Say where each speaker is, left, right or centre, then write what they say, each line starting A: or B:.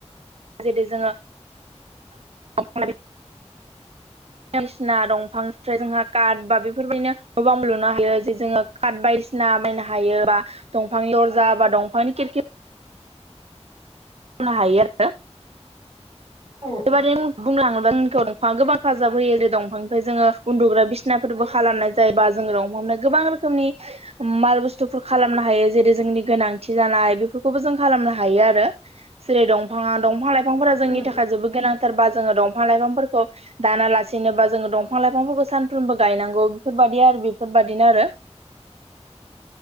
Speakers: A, on the right (about 60°); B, on the right (about 45°).
A: जेरै जोङो दंफां लाइफां बायदिसिना दंफांनिफ्राय जोंहा कारट बा बेफोरबायदिनो गोबां लुनो हायो जे जोङो काट बायसिना बायनो हायो बा दंफांनि दरजा बा दंफांनि खिरखि बुंनो हायो आरो
B: औ
A: बेबादि बुंलाङोबा नोंखौ दंफां गोबां हेफाजाब होयो ओेरै दंफांनिफ्राय जोङो उन्दुग्रा बिसिनाफोरबो खालामनाय जायो बा जोङो दंफांनिफ्राय गोबां रोखोम जोंनि माल बुस्थुफोर खालामनो हायो जेरै जोंनि गोनांथि जानाय बेफोरखौबो जों खालामनो हायो आरो। जेरै दंफाङा दंफां लाइफांफोरा जोंनि
B: उम
A: थाखाय जोबोद गोनांथार बा जोङो दंफां लाइफांफोरखौ दानालासिनोबा जोङो दंफां लाइफांफोरखौ सानफ्रोमबो गायनांगौ बेफोरबायदि आरो बेफोरबादिनो आरो
B: <inaudible>